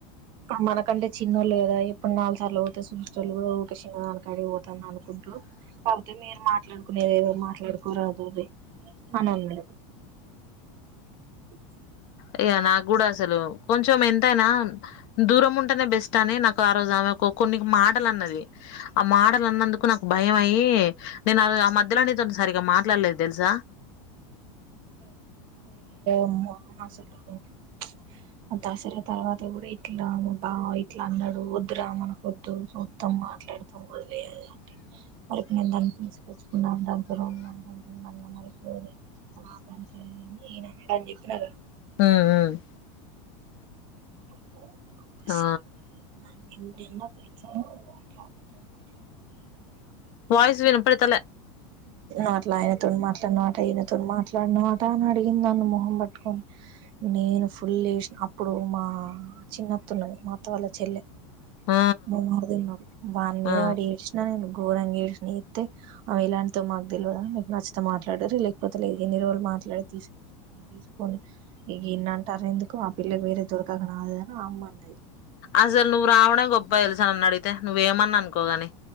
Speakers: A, on the right; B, on the left.
A: మనకంటే చిన్నోళ్ళు కదా ఇప్పుడు నాలుగు సార్లు పోతే చూు కూడా ఊ చిన్న దానికాడి పోతు అనుకుంటున్నా కాకపోతే మీరు మాట్లాడుకునే ఏదేదో మాట్లాడుకోరాదు అది అని అన్నా <unintelligible>
B: అయ నాకు కూడా అసలు కొంచెం ఎంతైనా దూరం ఉంటేనే బెస్ట్ అని నాకు ఆ రోజు ఆమె కొన్ని మాటలు అన్నది ఆ మాటలు అన్నందుకు నాకు భయం అయి నేను అ ఆ మధ్యలోనే సరిగ్గా మాట్లాడలేదు తెలుసా
A: అవు <unintelligible> దసరా తర్వాత కూడా ఇట్లా రాము బా ఇట్లా అన్నాడు వద్దు రా అనక వద్దు మొత్తం మాట్లాడుతాం వదిలేంటడి మళ్కి నేను దాన్ని తీసుకొచ్చుకున్నాను దాంతో <unintelligible> అలా దనికి కదుదని నేన అనడా అని చెప్పిన కదా
B: ఉమ్
A: <unintelligible>
B: ఆ
A: <unintelligible> టదు
B: వయిస్ వినపతల
A: అట్లా ఆయనతో మాట్లాడినమాట ఈయనతో మాట్లాడినమాట అని అడిగింది అన్న మొహం పట్టుకొని నేను ఫుల్ వస అప్పుడు మా చిన్నత్తన్నది మా అత్త వాళ్ళ చెల్లె
B: ఆ
A: న <unintelligible> వాని మీద
B: ఆ
A: వాడ ఏడ్చిన నేను ఘోరంగా ఏడినత్తే అవి ఇలాంటి తో మాకు తెలియదా మీకు నచ్చతం మాట్లాడరు లేకపోతే లేదు ఎన్ని రోజులు మాట్లాడ తీసుకొచ్చ తీసుకొని ఇ ఎన్న అంట అర ఎందుకు ఆ పిల్లకి వేరే దొరకక నాదుని ఆ అమ్మ అన్నది
B: అసలు నువ్వు రావడం గొప్పా తెలుసాను అన్న అడిగితే నువ్వేమని అనుకోగాని